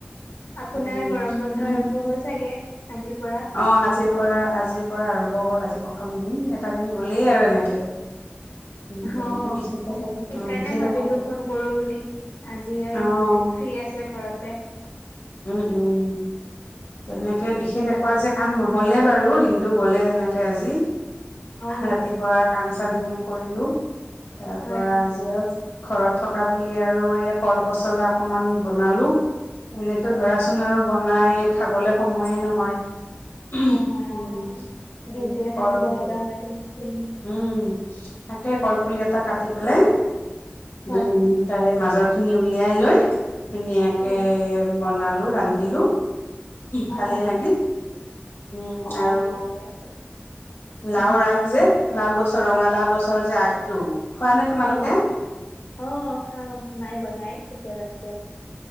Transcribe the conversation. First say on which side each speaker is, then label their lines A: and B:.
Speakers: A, on the left; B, on the left.
A: আপোনাৰ
B: উম
A: গৰম বন্ধ
B: তুমি
A: আৰম্ভ হল চাগে? আজিৰ পৰা?
B: অ আজিৰ পৰা আজিৰ পৰা আৰম্ভ হল আজি প্ৰথম দিন এটা দিন গ'ল। লে আৰু এনেকে। উম তেনেকে
A: অ
B: বিশেষ একো
A: সেইকাৰণে
B: অ বিশেষ
A: ভাবিলো
B: একো
A: ফোন কৰো বুলি আজি আৰু।
B: অ
A: ফ্ৰী আছে ঘৰতে।
B: উম উম তেনেকে বিশেষ
A: আহ
B: একো আজি কাম নহলে বাৰু দিনটো গলে তেনেকে আজি।
A: অ
B: ৰাতিপুৱা কাম চাম চাম খিনিয়ে কৰিলো। তাৰ
A: হয়
B: পৰা
A: হয়
B: যে। ঘৰত থকা বুলি আৰু এই কল পচলা অকমান বনালো। এনেতো
A: অ,
B: ধৰাচোন আৰু বনাই খাবলে সময়ে নহয়। উম
A: নহয়
B: উম--কলপুলি
A: অ ডিউটিৰে থাকিব লগা হয়
B: উম, তাকে কলপুলি এটা কাটি পেলাই,
A: হয়
B: উম, তাৰে মা মাজৰ খিনি উলিয়াই লৈ ধুনীয়াকে
A: অ
B: বনালো, ৰান্ধিলো। ভালে
A: অ অ
B: লাগিল। উম,
A: অ
B: আৰু
A: ঠিকে আছে
B: লাওৰ
A: উম
B: আগ যে লাও গছৰ, ৰঙালাও গছৰ যে আগটো খোৱা নে তোমালোকে?
A: অ-অ, খাও, মায়ে বনাই কেতিয়াবা-কেতিয়াবা